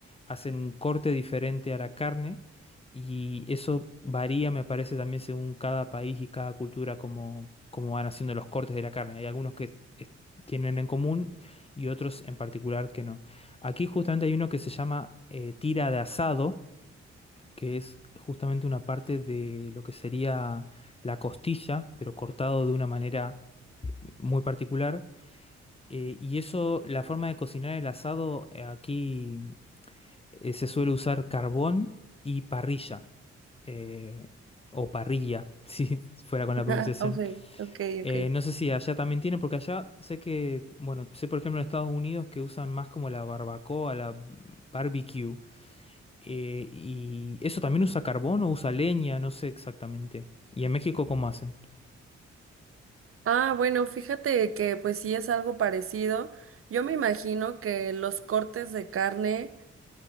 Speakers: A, on the left (about 20°); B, on the right (about 50°).
A: hacen un corte diferente a la carne y eso varía, me parece, también según cada país y cada cultura, cómo, cómo van haciendo los cortes de la carne. Hay algunos que es- tienen en común y otros en particular que no. Aquí justamente hay uno que se llama eh, tira de asado que es justamente una parte de lo que sería la costilla, pero cortado de una manera muy particular. Eh, y eso, la forma de cocinar el asado eh, aquí eh, se suele usar carbón y parrilla, eh, o parrilla, <laughs> si fuera con la
B: <laughs>
A: pronunciación.
B: Ah, Ok, ok,
A: Eh,
B: ok.
A: no sé si allá también tiene, porque allá sé que, bueno, sé por ejemplo en Estados Unidos que usan más como la barbacoa, la barbecue. Eh, y eso también usa carbón o usa leña, no sé exactamente. ¿Y en México cómo hacen?
B: Ah, bueno, fíjate que pues sí es algo parecido. Yo me imagino que los cortes de carne,